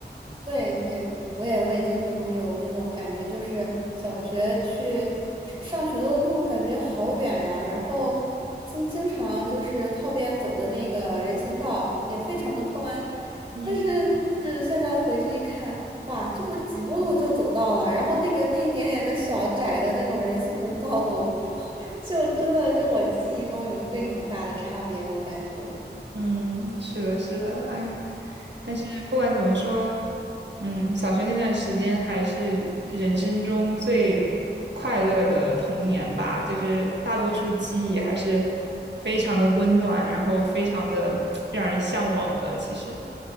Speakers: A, on the right; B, on the right.
A: 对对，我也会经常有这种感觉，就是小学去上上学的路感觉好远呀，然后经经常就是靠边走的那个人行道也非常的宽，
B: <laughs> 嗯。
A: 但是就是现在回去一看，哇，这不几步路就走到了，然后那个那一点点的小窄的那种人行道路，<laughs> 就真的跟我记忆中有非常大的差别，我感觉。
B: 嗯，是的，是的，哎，但是不管怎么说，嗯，小学那段时间还是人生中最快乐的童年吧，就是大多数记忆还是非常的温暖，然后非常的让人向往的，其实。